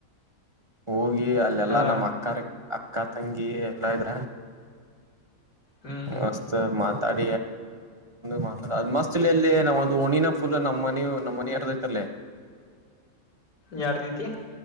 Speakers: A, on the right; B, on the left.
A: ಹ. ಹ ಅಲ್ಲೆಲ್ಲಾ
B: ಹಾ
A: ನಮ್ಮ್ ಅಕ್ಕರ. ಅಕ್ಕ ತಂಗಿ ಎಲ್ಲ ಇದ್ರ.
B: ಹ್ಮ್
A: ಮಸ್ತ ಮ. ಅಡ ಮಾತಾ ಅ್ ಮಸ್ತ್ ಇಲ್ಲಿ ಅಲ್ಲಿ ನಾವ ಒಂದು ಒಣಿನ ಫುಲ್ ನಮ್ಮ ಮನ ನಮ್ಮನ ಇರದೈತಲ್ಲ.
B: ಯಾರ್ದೀತಿ.